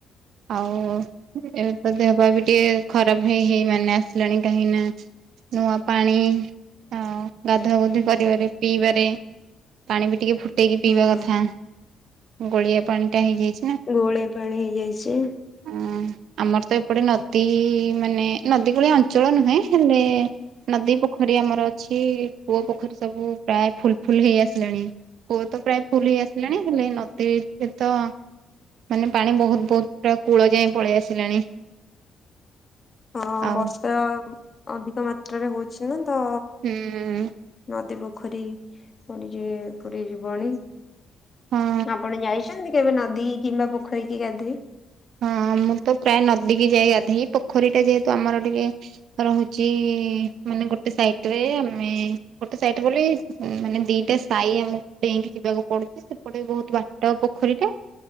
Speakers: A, on the right; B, on the left.
A: ଆଉ ଏରା <unintelligible> ଦେହ ପାହା ବି ଟିକେ ଖରାପ ହେଇ ହେଇ ମାନେ ଆସିଲାଣି କାହିଁକି ନା ନୂଆ ପାଣି ଆଉ ଗାଧୁଆ ଗଧୁ କରିବାରେ ପିଇବାରେ ପାଣି ବି ଟିକେ ଫୁଟେଇକି ପିଇବା
B: ହଁ
A: କଥା। ଗଳିଆ ପାଣି ଟା ହେଇଯାଇଛି ନା।
B: ଗୋଳେଇ ପାଣି ହେଇଯାଇଛି।
A: ହଁ ଆମର ତ ଏପଟେ ନଦୀ ମାନେ ନଦୀ କୂଳିଆ ଅ ଞ୍ଚଳ ନୁହେଁ ହେଲେ ନଦୀ ପୋଖରୀ ଆମର ଅଛି କୂଅ ପୋ ପୋଖରୀ ସବୁ ପ୍ରାୟ ଫୁଲ ଫୁଲ ହେଇ ଆସିଲାଣି କୁଅ ତ ପ୍ରାୟ ଫୁଲ ହେଇ ଆସିଲାଣି। ହେଲେ ନଦୀରେ ତ ମାନେ ପାଣି ବହୁତ ବହୁତ ପୁରା କୂଳ ଯାଏଁ ପଳେଇ ଆସିଲାଣି।
B: ହଁ
A: ଆଉ
B: ବର୍ଷ ଅଧିକ ମାତ୍ରାରେ ହଉଛି ନା ତ
A: ହୁଁ।
B: ନଦୀ ପୋଖରୀ ପୁରି ଜି ପୁରି ଯିବଣି।
A: ହଁ
B: ଆପଣ ଯାଇଛନ୍ତି କେବେ ନଦୀ କିମ୍ବା ପୋଖରୀ କି ଗାଧୋଇ?
A: ହଁ ମୁଁ ତ ପ୍ରାୟ ନଦୀ କିି ଯାଇ ଗାଧେଇ ପୋଖରୀ ଟା ଯେହେତୁ ଆମର ଟିକେ ରହୁଛି ମାନେ ଗୋଟେ ସାଇଟ ରେ ଆମେ ଗୋଟେ ସାଇଟ ବୋଲେ ମାନେ ଦିଟା ସାହି ଆମକୁ ଡେଇଁକି ଯିବାକୁ ପଡୁଛି। ସେପଟେ ବି ବହୁତ ବାଟ ପୋଖରୀଟା।